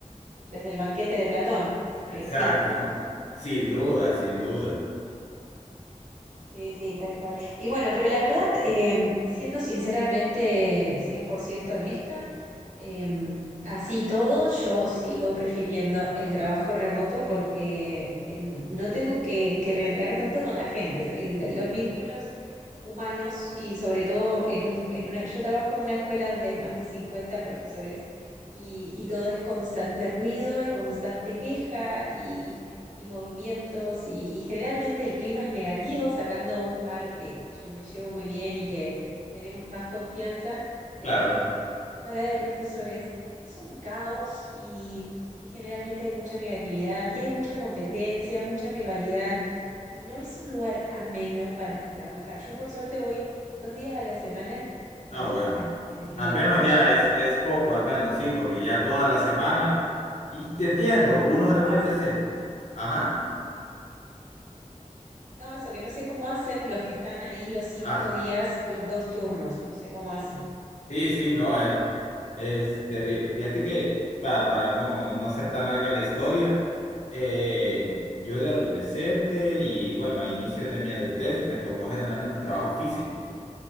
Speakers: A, on the right; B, on the left.
A: Desde el banquete de Platón, así
B: Exacto,
A: que sí.
B: <laughs> sin duda, sin duda.
A: Sí, sí, tal cual. Y bueno, pero la verdad, eh, siendo sinceramente 100% honesta, eh, así y todo, yo sigo prefiriendo el trabajo remoto porque en- no tengo que, que renegar tanto con la gente y lo- los vínculos humanos y sobre todo en un, en una, yo trabajo en una escuela donde hay más de 50 profesores y, y todo es constante ruido y constante queja y movimientos y, y generalmente el clima es negativo, sacando un par que, que yo me llevo muy bien y que tenemos más confianza, el
B: Claro.
A: resto, la sala de profesores, es un caos y, y generalmente hay mucha negatividad y hay mucha competencia, mucha rivalidad y no es un lugar ameno para trabajar. Yo por suerte voy dos días a la semana y
B: Ah, bueno.
A: ya está, me desligo.
B: Al menos ya es, es poco, al menos, sí, porque ya toda la semana. Y te entiendo,
A: Sí, no
B: uno
A: sé
B: de repente
A: cómo hacen.
B: se. Ajá.
A: No, eso que no sé cómo hacen los que están ahí los cinco
B: Ah, sí.
A: días, los dos turnos, no sé cómo hacen.
B: Sí, sí, no, es, es terrible. Fíjate que, para, para no, no hacer tan larga la historia, eh, yo de adolescente y bueno, a inicios de mi adultez me tocó generalmente trabajos físicos.